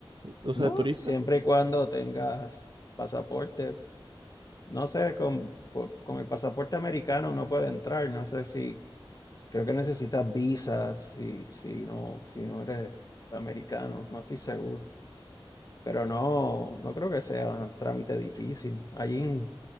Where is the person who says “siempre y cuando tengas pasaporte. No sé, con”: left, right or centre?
Left